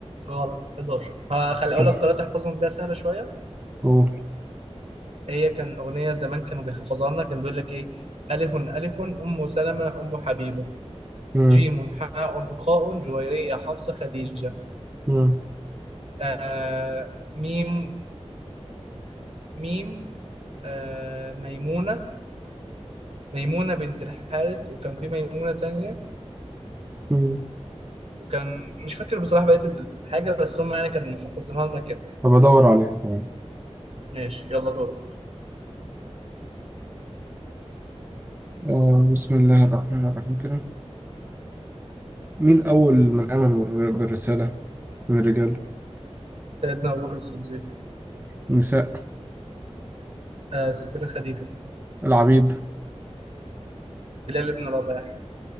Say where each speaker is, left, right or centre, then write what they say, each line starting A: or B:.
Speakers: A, on the right; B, on the right.
A: غلط 11 هخلي أقول
B: حلو.
A: لك ثلاثة احفظهم بيها سهلة شوية
B: أوه.
A: هي كان أغنية زمان كانوا بيحفظوها لنا كان بيقول لك إيه ألف ألف أم سلمة أم حبيبة
B: مم.
A: جيم حاء خاء جويرية حفصة خديجة
B: مم.
A: آه ميم ميم آه ميمونة ميمونة بنت الحارث وكان في ميمونة تانية
B: مم.
A: وكان مش فاكر بصراحة بقية الحاجة بس هم يعني كانوا محفظينها لنا كده
B: طب أدور عليها تمام
A: ماشي يلا دورك
B: آه بسم الله الرحمن الرحيم كده مين أول من آمن بالر- بالرسالة من الرجال
A: سيدنا أبو بكر الصديق
B: النساء
A: آه ستنا خديجة
B: العبيد
A: بلال بن رباح